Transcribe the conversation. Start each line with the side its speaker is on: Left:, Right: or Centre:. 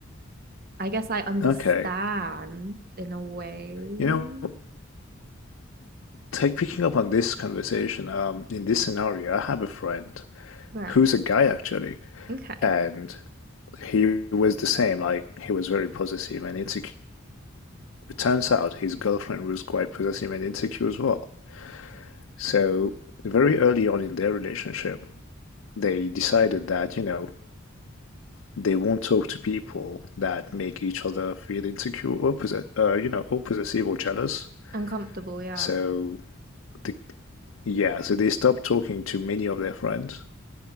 Right: I guess I understand
Left: okay?
Right: in a way.
Left: You know, take picking up on this conversation. Um, in this scenario, I have a friend
Right: Right.
Left: who's a guy actually,
Right: Okay.
Left: and he was the same. Like he was very possessive and insecure. It turns out his girlfriend was quite possessive and insecure as well. So very early on in their relationship, they decided that you know they won't talk to people that make each other feel insecure or possess, uh, you know, or possessive or jealous.
Right: Uncomfortable. Yeah.
Left: So the, yeah, so they stopped talking to many of their friends,